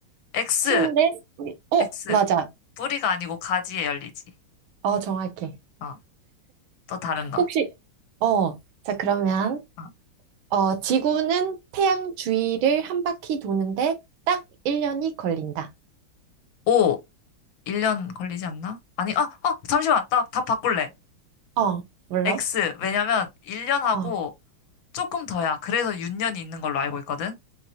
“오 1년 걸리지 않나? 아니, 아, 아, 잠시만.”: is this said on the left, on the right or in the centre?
Left